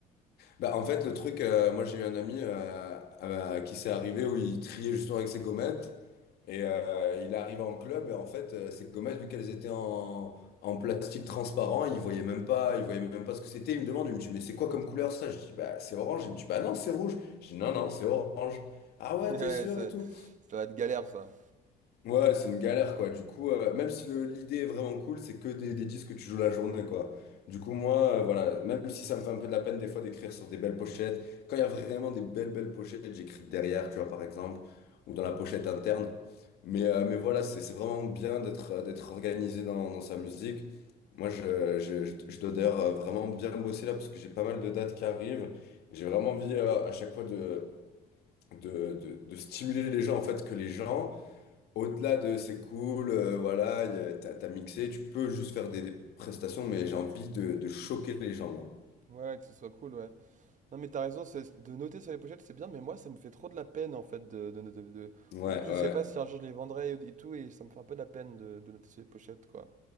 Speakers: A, on the left; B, on the right.
A: Bah en fait le truc, euh, moi j'ai eu un ami euh, euh, à qui s'est arrivé où il triait justement avec ses gommettes, Et euh, il arrive en club et en fait, euh, ces gommettes, vu qu'elles étaient en, en plastique transparent, il voyait même pas, il voyait même pas ce que c'était. Il me demande, il me dit, mais c'est quoi comme couleur ça? Je dis, bah c'est orange. Il me dit, bah non, c'est rouge. Je dis, non, non, c'est orange. Ah
B: <laughs>
A: ouais,
B: Ouais,
A: t'es sûr
B: c'est-
A: et tout.
B: ça va être galère, ça.
A: Ouais, c'est une galère quoi. Du coup, euh, même si le- l'idée est vraiment cool, c'est que des, des disques que tu joues la journée quoi. Du coup, moi, euh, voilà, même si ça me fait un peu de la peine des fois d'écrire sur des belles pochettes, quand il y a vraiment des belles, belles pochettes, j'écris derrière, tu vois, par exemple, ou dans la pochette interne. Mais, euh, mais voilà, c'est c'est vraiment bien d'être euh, d'être organisé dans, dans sa musique. Moi, je, je, je, je dois d'ailleurs euh, vraiment bien bosser là parce que j'ai pas mal de dates qui arrivent. J'ai vraiment envie euh, à chaque fois de, de, de, de stimuler les gens, en fait, que les gens, au-delà de c'est cool, euh, voilà, y a- t'as, t'as mixé, tu peux juste faire des, des prestations, mais j'ai envie de, de choquer les gens, moi.
B: Ouais, que ce soit cool, ouais. Non, mais t'as raison, c'est de noter sur les pochettes, c'est bien, mais moi, ça me fait trop de la peine, en fait, de, de, de- de-
A: Ouais,
B: En plus, je
A: ouais.
B: sais pas si un jour je les vendrai et, et tout, et ça me fait un peu de la peine de, de noter sur les pochettes, quoi.